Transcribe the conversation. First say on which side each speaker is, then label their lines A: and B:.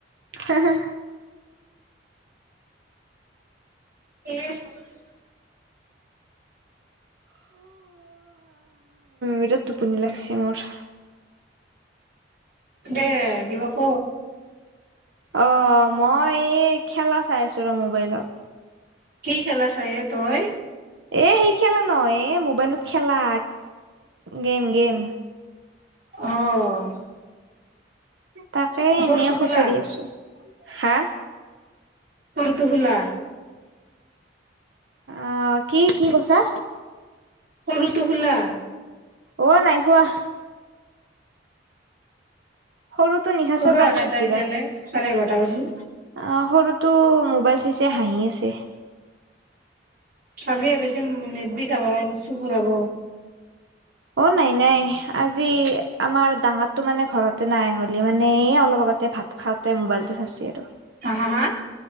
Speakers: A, on the right; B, on the right.
A: হঁ-হঁ।
B: <unintelligible>
A: বিৰাট টোপনি লাগছি মোৰ।
B: দে কিবা ক।
A: অ' মই এ খেলা চাই আছোঁ ৰ' মোবাইলত।
B: কি খেলা চায় এ তই?
A: এ সেই খেলা নহয় এ, মোবাইলত খেলা। গেম-গেম।
B: অ'।
A: তাকে এনে
B: সৰুটো
A: খুচৰি
B: শুলা?
A: আছোঁ। হা?
B: কোনটো খেলা?
A: অ' কি- কি কৈছা?
B: সৰুটো শুলা?
A: অ' নাই শুৱা। সৰুটো নিশাচৰ
B: শুবা
A: প্ৰাণী
B: হোৱা নাই
A: হৈছি
B: তাই এতিয়ালে,
A: ৰ'।
B: চাৰে এঘাৰটা বাজিল।
A: অ' সৰুটো ম বাইল চাই চাই হাঁহি আছে।
B: চাবি এ বেছি নেদবি চাবা, চকু যাব।
A: অ' নাই - নাই। আজি আমাৰ ডাঙাৰটো মানে ঘৰতে নাই, হলে মানে এ অলপ আগতে ভাত খাওঁতে মোবাইলটো চাইচি আৰু।
B: হা - হা - হা?